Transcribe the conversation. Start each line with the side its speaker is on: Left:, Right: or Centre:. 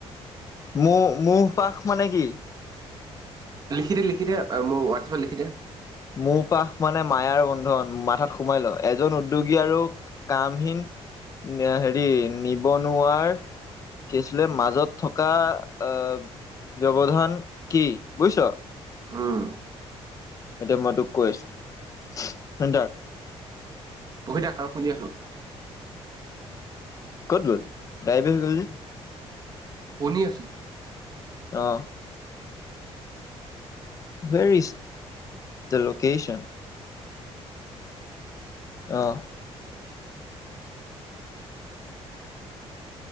Left: মু মু পাশ মানে কি?
Right: লিখি দে লিখি দে মোৰ হোৱাটছএপত লিখি দে
Left: মৌ পাশ মানে মায়াৰ বন্ধন মাথাত সোমাই ল, এজন উদ্যোগী আৰু কামহীন হেৰি নিবনুৱাৰ কি আছিলে মাজত থকা আহ ব্যৱধান কি? বুজিছ।
Right: উম।
Left: এতিয়া মই তোক কৈ আছো। শুনি থাক।
Right: পঢ়ি থাক আৰু শুনি আছো।
Left: ক'ত গ'ল গাইব গ'ল যে।
Right: শুনি আছোঁ।
Left: অ হেৰ ইজ দ লকেশেন আহ।